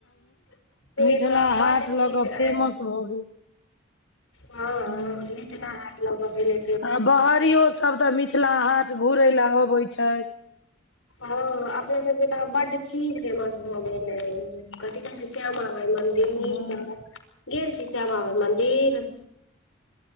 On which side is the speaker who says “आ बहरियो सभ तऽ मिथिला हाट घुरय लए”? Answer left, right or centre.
Left